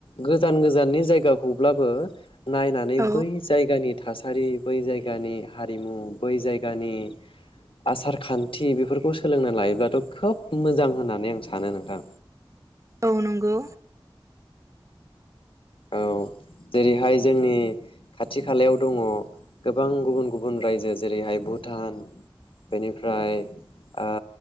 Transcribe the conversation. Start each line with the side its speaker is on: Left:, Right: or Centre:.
Left: गोजान गोजाननि जायगाखौब्लाबो नायनानै
Right: औ
Left: बै जायगानि थासा थासारि बै जायगानि हारिमु बै जायगानि आसार खान्थि बेफोरखौ सोलोंना लायोब्लाथ' खोब मोजां होननानै आं सानो नोंथां
Right: औ नंगौ।
Left: औ जेरैहाय जोंनि खाथि खालायाव दङ गोबां गुबुन गुबुन रायजो जेरैहाय भुटान बेनिफ्राय ओ